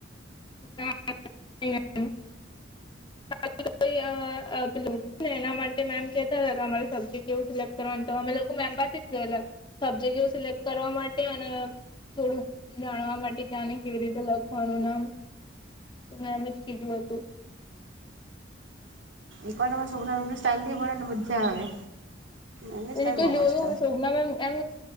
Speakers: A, on the left; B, on the right.
A: ના <unintelligible> કોઈ બિલ ને એના માટે મેમ કહેતા હતા કે અમારો સબ્જેક્ટ કેવું સિલેક્ટ <unintelligible> કરવા તો અમે લોકો મેમ પાસે જ ગયેલા, સબ્જેક્ટ સિલેક્ટ કરવા માટે અને થોડુંક જાણવા માટે ત્યાંને કેવી રીતે લખવાનું નામ. મેમે જ કીધું હતું.
B: ઇકોમમ સાઈલ થી પડે ને મજા આવે. એમની સ્ટાઈલ
A: એ તો
B: બહુ
A: જોયું
B: મસ્ત.
A: શોભનામેમ એમ